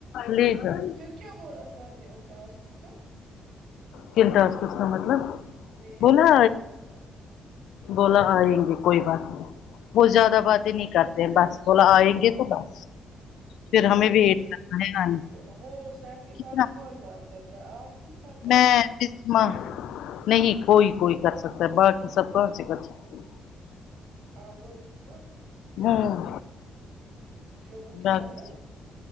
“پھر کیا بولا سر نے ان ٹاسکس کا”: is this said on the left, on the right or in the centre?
Right